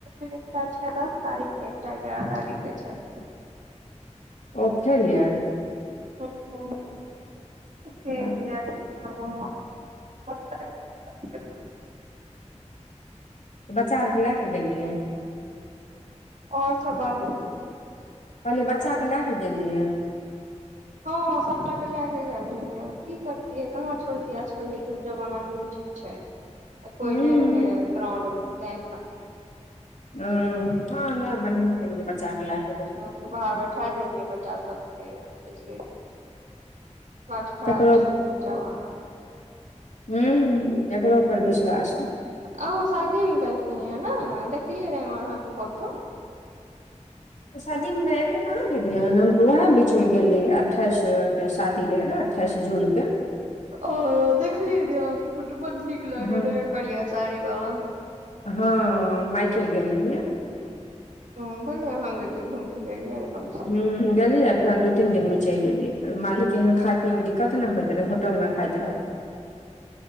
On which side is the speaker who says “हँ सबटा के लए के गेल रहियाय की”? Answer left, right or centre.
Right